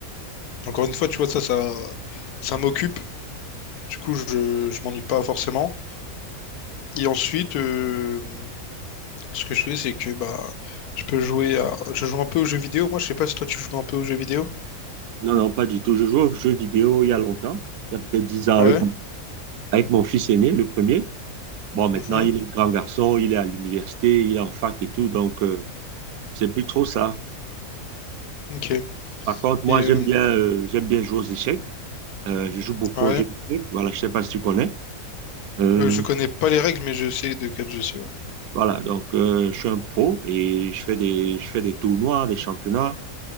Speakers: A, on the left (about 85°); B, on the right (about 75°).
A: Encore une fois, tu vois, ça, ça, ça m'occupe. Du coup, je, je m'ennuie pas forcément. Et ensuite, euh, ce que je fais, c'est que bah, je peux jouer à... Je joue un peu aux jeux vidéo. Moi, je sais pas si toi, tu joues un peu aux jeux vidéo.
B: Non, non, pas du tout. Je joue aux jeux vidéo il y a longtemps, il y a peut-être 10 ans,
A: Ouais.
B: avec, avec mon fils aîné, le premier. Bon, maintenant,
A: Mhm.
B: il est grand garçon, il est à l'université, il est en fac et tout, donc euh, c'est plus trop ça.
A: Ok.
B: Par contre, moi,
A: Et
B: j'aime
A: euh,
B: bien, euh, j'aime bien jouer aux échecs. Euh, je joue beaucoup
A: ouais.
B: aux jeux d'échecs. Voilà, je sais pas si tu connais. Euh,
A: Euh, je connais pas les règles, mais je sais de quel jeu c'est. Ouais.
B: voilà, donc euh, je suis un pro et je fais des, je fais des tournois, des championnats